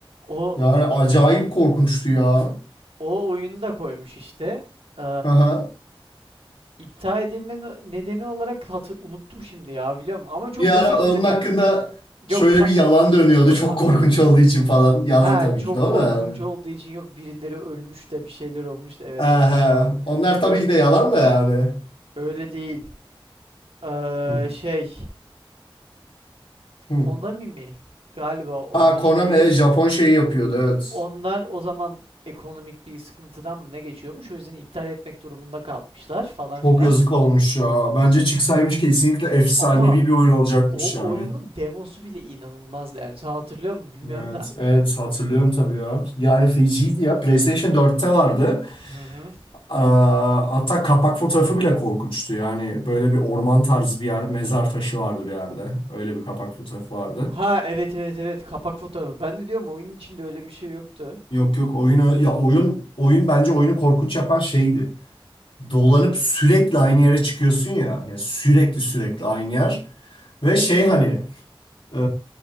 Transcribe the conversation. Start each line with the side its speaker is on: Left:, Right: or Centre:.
Right: O
Left: Yani acayip korkunçtu ya.
Right: o oyunu da koymuş işte. Ee,
Left: Aha.
Right: iptal edilme nedeni olarak hatı- unuttum şimdi ya biliyor musun? Ama çok
Left: Bir
Right: basit
Left: ara
Right: bir
Left: onun
Right: neden.
Left: hakkında şöyle
Right: Yok ka-
Left: bir yalan dönüyordu.
Right: yok
Left: Çok korkunç olduğu için falan. Yalan
Right: Ha
Left: tabii
Right: çok
Left: ki de o
Right: korkunç
Left: da yani.
Right: olduğu için yok birileri ölmüş de bir şeyler olmuş da evet
Left: Aha.
Right: hatırlıyorum.
Left: Onlar tabii
Right: Ö-
Left: ki de yalan da yani.
Right: öyle değil. Ee,
Left: Hmm.
Right: şey
Left: Hmm.
Right: Konami mi? Galiba onun
Left: Ha,
Right: şeyi.
Left: Konami e, Japon şeyi yapıyordu evet.
Right: Onlar o zaman ekonomik bir sıkıntıdan mı ne geçiyormuş? O yüzden iptal etmek durumunda kalmışlar falan
Left: Çok
Right: filan.
Left: yazık olmuş ya. Bence çıksaymış kesinlikle efsanevi
Right: Ama
Left: bir oyun olacakmış
Right: o
Left: yani.
Right: oyunun demosu bile inanılmazdı yani. Sen hatırlıyor musun bilmiyorum
Left: Evet,
Right: da.
Left: evet hatırlıyorum tabii ya. Yani feciydi ya. PlayStation 4'te vardı.
Right: Hı hı.
Left: Aa, hatta kapak fotoğrafı bile korkunçtu. Yani böyle bir orman tarzı bir yer, mezar taşı vardı bir yerde. Öyle bir kapak fotoğrafı vardı.
Right: Ha evet evet evet kapak fotoğrafı. Ben de diyorum oyunun içinde öyle bir şey yoktu.
Left: Yok yok oyunu ya oyun oyun bence oyunu korkunç yapan şeydi. Dolanıp sürekli aynı yere çıkıyorsun ya. Ya sürekli sürekli aynı yer. Ve şey hani Ee,